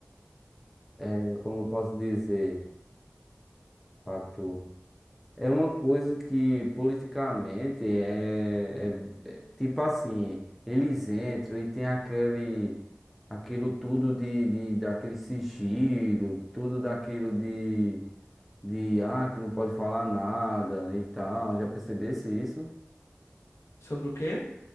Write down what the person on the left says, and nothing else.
Sobre o quê?